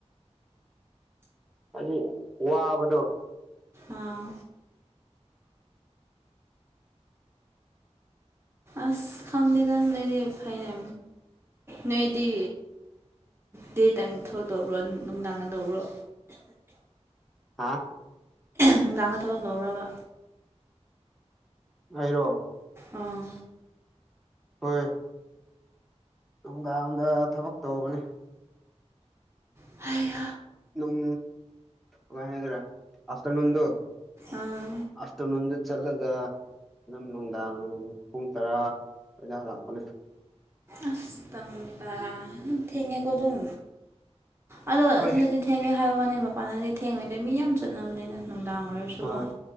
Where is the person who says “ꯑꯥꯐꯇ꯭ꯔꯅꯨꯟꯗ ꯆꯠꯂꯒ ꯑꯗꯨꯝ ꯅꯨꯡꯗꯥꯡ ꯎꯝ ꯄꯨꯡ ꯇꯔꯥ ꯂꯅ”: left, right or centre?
Centre